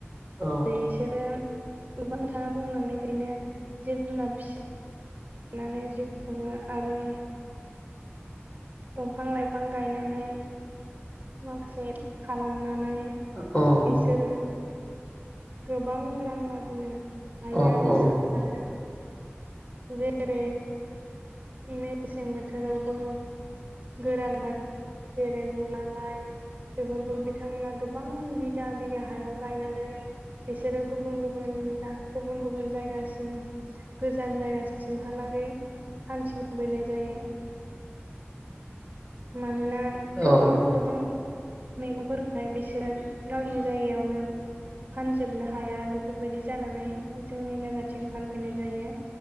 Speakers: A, on the left (about 25°); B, on the right (about 45°).
A: औ
B: बिसोरो गोबां नोंथाङा बुंलांनाय बायदिनो जिब-जुनार फिसि नानै जिउ खुङो आरो दंफां-लाइफां गायनानै माखासे खालामनानै
A: औ
B: बिसोरो गोबां रां आरजिनो हायो
A: औ
B: आरोना
A: औ
B: आरो जेरै मेसें बोथोरावबो गोरान बाथ जेरै मुला लाइ बेफोरखौ बिथांमोना गोबां बिगा बिगा हायाव गायनानै बिसोरो गुबुन गुबुन दा गुबुन गुबुन जायगासिम गोजान जायगासिमहालागै फानथिं बोनाय जायो मानोना गोबां
A: औ
B: गोबां मैगंफोरखौहाय बिसोरो गावनि जायगायावनो फानजोबनो हाया बेफोरबायदि जानानै जोंनि जायगाथिं फानफैनाय जायो